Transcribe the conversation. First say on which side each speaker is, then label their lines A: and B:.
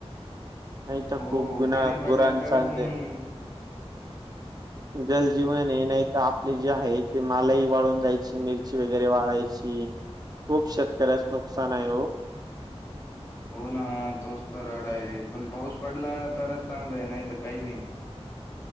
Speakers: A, on the right; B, on the left.
A: <unintelligible>
B: हो पाणी पडला तरच मग
A: जल जीवन हे नाही तर आप आपले जे आहे ते मालाही वाळून जायची मिरची वगैरे वाळायची. खूप शेतकऱ्याचं नुकसान आहे हो.
B: हो ना तोच तर राडा आहे पण पाऊस पडला तरच चांगला आहे नाही तर काही नाही